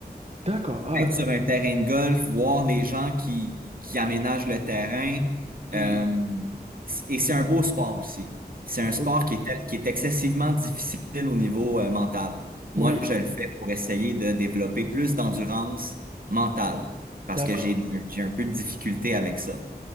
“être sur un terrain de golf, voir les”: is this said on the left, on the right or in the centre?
Right